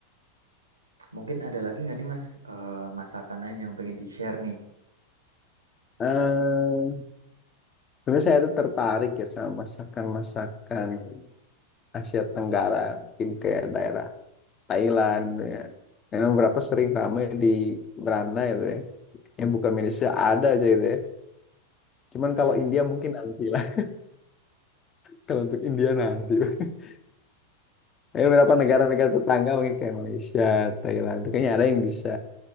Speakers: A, on the right; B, on the left.
A: mungkin ada lagi nggak nih Mas eh, masakan lain yang pengen di-share
B: eh sebenarnya saya tuh tertarik ya sama masakan-masakan Asia Tenggara. Mungkin kayak daerah Thailand gitu ya. Karena beberapa sering ramai di beranda gitu ya. Yang bukan Indonesia ada aja gitu ya. Cuman
A: nih?
B: kalau India mungkin nanti lah. Kalau untuk India nanti. <laughs> ada beberapa negara-negara tetangga mungkin kayak Malaysia, Thailand, itu kayaknya ada yang bisa.